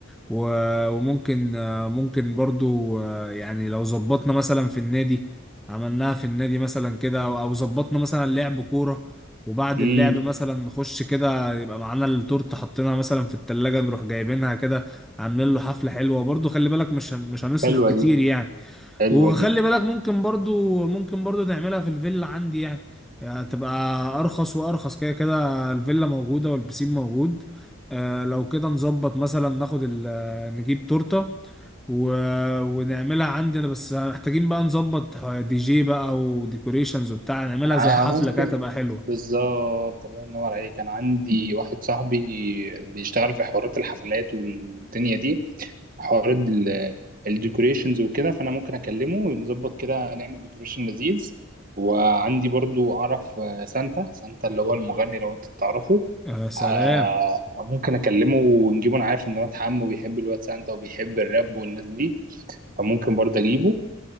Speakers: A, in the centre; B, on the right.
A: و- وممكن آه، ممكن برضو آه، يعني لو ظبطنا مثلا في النادي عملناها في النادي مثلا كده او أو ظبطنا مثلا لعب كورة وبعد
B: امم
A: اللعب مثلا نخش كده يبقى معانا التورته حاطينها مثلا في التلاجة نروح جايبينها كده عاملين له حفلة حلوة برضو خلي بالك مش هن- مش هنصرف
B: حلوه
A: كتير
B: دي
A: يعني
B: حلوه
A: وخلي
B: دي
A: بالك ممكن برضو ممكن برضو تعملها في الفيلا عندي يعني, يعني تبقى ارخص وارخص كده كده الفيلا موجودة والبسين موجود آه لو كده نظبط مثلا ناخد ال- نجيب تورتة و... ونعملها عندنا بس محتاجين بقى نظبط دي جي بقى وديكوريشنز وبتاع نعملها
B: انا
A: زي حفلة
B: ممكن
A: كده تبقى حلوة
B: بالظبط الله ينور عليك انا عندي واحد صاحبي بيشتغل في حوارات الحفلات والدنيا دي حوارات ال- الديكوريشنز وكده فانا ممكن اكلمه ونظبط كده نعمل ديكوريشن لذيذ وعندي برضو اعرف آه، سانتا سانتا اللي هو المغني لو انت تعرفه
A: يا سلام
B: آه، ممكن اكلمه ونجيبه انا عارف ان واد عمه بيحب الواد سانتا وبيحب الراب والناس دي فممكن برضه اجيبه